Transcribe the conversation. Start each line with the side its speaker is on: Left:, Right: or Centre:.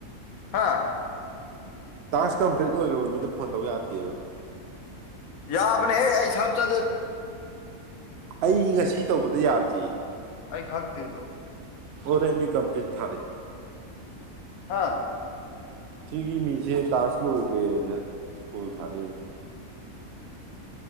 Left: ꯍꯥꯥ
Right: ꯇꯥꯛꯁ ꯀꯝꯄ꯭ꯂꯤꯠ ꯑꯣꯏꯈ꯭ꯔꯕ ꯃꯤꯅ ꯐꯣꯟ ꯇꯧ ꯌꯥꯗꯦꯕ
Left: ꯌꯥꯕꯅꯦ ꯑꯩ ꯁꯇ
Right: ꯑꯩ ꯉꯁꯤ ꯇꯧꯕꯗ ꯌꯥꯗ꯭ꯦ
Left: ꯑꯩ ꯈꯪꯗꯦ ꯇꯣ
Right: ꯑꯣꯔꯦꯅꯤ ꯀꯝꯄ꯭ꯂꯤꯠ ꯊꯥꯔꯦ
Left: ꯍꯥꯥ
Right: ꯁꯤꯒꯤ ꯃꯤꯁꯦ ꯇꯥꯁ ꯂꯣꯏꯗ꯭ꯔꯦꯅ ꯀꯀꯣꯜ ꯊꯥꯅꯩꯑꯕ